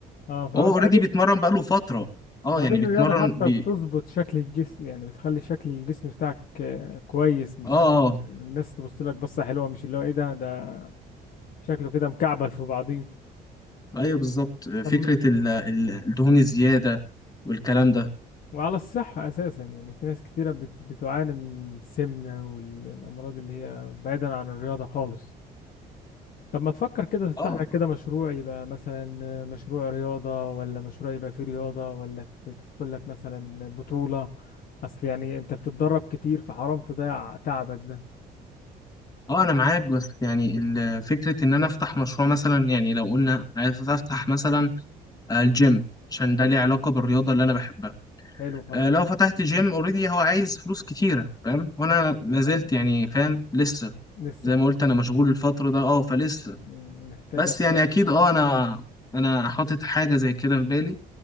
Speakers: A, on the left (about 55°); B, on the left (about 20°).
A: آه، فبعدين
B: هو اوريدي بيتمرن بقاله فترة اه
A: بعدين
B: يعني بيتمرن
A: الرياضة حتى
B: بي...
A: بتظبط شكل الجسم يعني بتخلي شكل الجسم بتاعك آه، كويس مش
B: اه اه
A: الناس تبص لك بصة حلوة مش اللي هو ايه ده ده شكله كده مكعبل في بعضيه
B: ايوه بالظبط فكرة
A: طب
B: ال... ال- الدهون الزيادة والكلام ده
A: وعلى الصحة أساسا يعني في ناس كتيرة بت- بتعاني من السمنة والأمراض اللي هي بعيدا عن الرياضة خالص طب ما تفكر كده تفتح
B: اه آه.
A: لك كده مشروع يبقى مثلا مشروع رياضة ولا مشروع يبقى فيه رياضة ولا ت- تدخل لك مثلا بطولة أصل يعني أنت بتتدرب كتير فحرام تضيع تعبك ده
B: اه انا معاك بس يعني ال- فكره ان انا افتح مشروع مثلا يعني لو قلنا عايز افتح مثلا آه، الجيم عشان ده
A: حلو
B: ليه علاقه بالرياضه اللي انا بحبها
A: حلو خالص
B: آه، لو فتحت جيم اوريدي هو عايز فلوس كتيره فاهم وانا ما زلت
A: فاهم.
B: يعني فاهم لسه
A: لسه
B: زي ما قلت
A: بت-
B: انا مشغول
A: آه.
B: الفتره ده اه فلسه
A: مم، محتاجة
B: بس يعني
A: شوية
B: اكيد اه انا انا حاطط حاجه زي كده في بالي